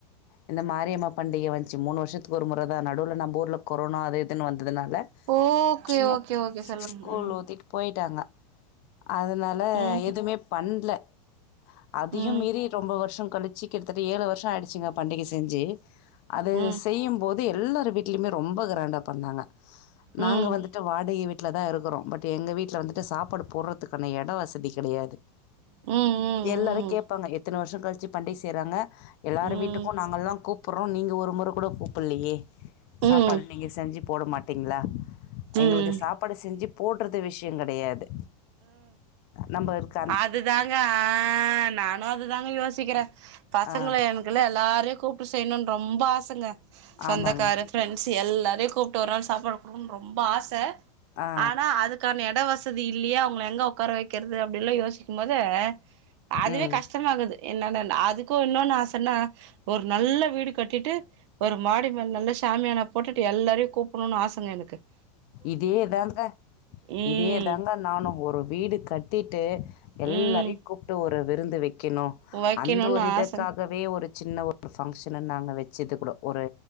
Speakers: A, on the left (about 40°); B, on the right (about 50°).
A: இந்த மாரியம்மா பண்டிக வந்ச்சி மூணு வர்ஷத்க் ஒரு மொற தா நடுல நம்பூர்ல கொரோனா அது இத வந்ததுனால
B: ஓகே
A: சும்மா
B: ஓகே ஓகே சொல்லுங்க
A: கூல்
B: ம்
A: லூத்திட் போய்ட்டாங்க அதனால
B: ம்
A: எதுமே ன்டுல அதையு
B: ம்
A: மீறி ரொம்ப வர்ஷோ கலிச்சு கிட்டத்தட்ட ஏழு வர்ஷோ ஆயிடுச்சிங்க பண்டிக செஞ்சி அது
B: ம்
A: செய்யுபோ து எல்லார் வீட்லயுமே ரொம்ப கிரேண்டா பண்ணாங்க
B: ம் ம்
A: நாங்க வந்துட்டு வாடைய் விட் ட்ல தாருக்குறோ பட் எங்க வீட்ல வந்துட்டு சாப்பாடு போடுறதுக்கான எடோ வசதி கெடையாது
B: ம் ம்
A: எல்லாரு கேப்பாங்க எத்தன வர்ஷோ கழிச் ச்சி பண்டி செய்றாங்க எல்லாரு
B: ம்
A: வீட்டுக்கு நாங்கல்லா கூப் ப்புறோ நீங்க ஒரு மொற கூட கூப்புல்லயே சாப்பாடு
B: ம்
A: நீங்க செஞ்சி போட மாட்டீங்களா எங்களுக்கு
B: ம்
A: சாப்பாடு செஞ்சிப் போட்றது விஷ்யோ கெடையாது நம்ம இருக்
B: அது தாங்க ஆ நானும் துதாங்க யோ சிக்கிறேன் பசங்கள
A: ஆ
B: எனக்குலா எல்லாரையும் கூப்ட்டு செய்யணுனு ரொம்ப ஆசங்க சொந்தக்கார
A: ஆமாங்க
B: ஃப்ரெண்ட்ஸ் எல்லார் அதே கூப்ட்டு ஒரு நாள் சாப்பாடு குடுக்கணுனு ரொம்ப ஆச
A: ஆ
B: ஆனா அதுக்கான இடவ சதி இல்லயா அவுங்கள எங்க உக்கார வைக்கிறது அப்டில்லா யோசி க்கும் போது அதுவே
A: ம்
B: கஷ்டமாகுது என்னன்ன அதுக்கும் இன்னொன்னு ஆசன்னா ஒரு நல்ல வீடு கட்டிட்டு ஒரு மாடி மேல் நல்ல சாமியானா போட்டுட்டு எல்லாரையும் கூப்புட்ணுனு ஆசங்க எனக்கு க்கு
A: இதே தாங்க
B: ம்
A: இதே தாங்க நானும் ஒரு வீடு கட்டிட்டு
B: ம்
A: எல்லாரையும் கூப்ட்டு ஒரு விருந்து வை க்கணும்
B: வைக்கணுன்னு
A: அந்த ஒரு இதற்காகவே
B: ஆச
A: ஒரு சின்ன ஒரு பங்க்ஷனு நாங்க வச்சது கூட ஒரு